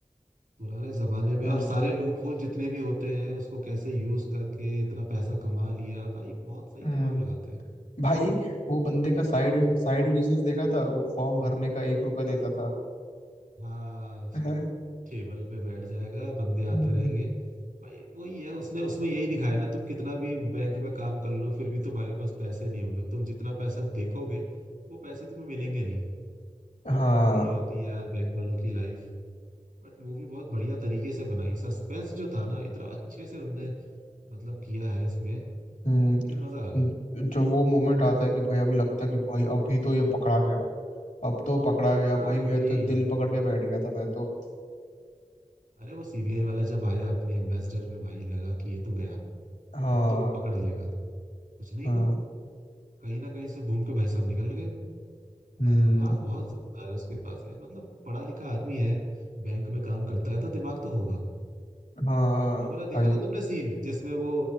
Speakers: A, on the right (about 85°); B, on the left (about 75°).
A: पुराने जमाने में
B: हाँ
A: और सारे लूप होल जितने भी होते हैं उसको कैसे यूज करके इतना पैसा कमा लिया भाई बहुत सही
B: हम्म
A: दिमाग लगाते हैं
B: भाई वो बंदे का साइड साइड बिजनेस देखा था वो फॉर्म भरने का एक रुपया लेता था
A: हाँ
B: <laughs>
A: टेबल पे बैठ जाएगा बंदे आते
B: हम्म,
A: रहेंगे भाई वही है उसने उसमें यही दिखाया ना तुम कितना भी बैंक में काम कर लो फिर भी तुम्हारे पास पैसे नहीं होंगे तुम जितना पैसा देखोगे वो पैसे तुम्हें मिलेंगे नहीं
B: हाँ
A: तो वही होती है यार बैंक वालों की लाइफ बट मूवी बहुत बढ़िया तरीके से बनाई सस्पेंस जो था ना इतना अच्छे से उनने मतलब किया है इसमें
B: हम्म
A: कि मजा आ गया
B: जब वो मोमेंट आता है कि भाई अभी लगता है कि भाई अभी तो ये पकड़ा गया अब तो पकड़ा गया
A: हाँ
B: भाई मैं
A: वही
B: तो दिल पकड़ के बैठ गया था मैं तो
A: अरे वो सीबीआई वाला जब आया अपने एम्बेसडर में भाई लगा कि ये तो गया
B: हाँ
A: अब तो वो पकड़ लेगा कुछ नहीं
B: हाँ
A: हुआ कहीं ना कहीं से घूम के भाई साहब निकल गए
B: हम्म
A: दिमाग बहुत जोरदार है उसके पास यार मतलब पढ़ा लिखा आदमी है बैंक में काम करता है तो दिमाग तो होगा
B: हाँ
A: वो वाला देखा
B: भाई
A: था तुमने सीन जिसमें वो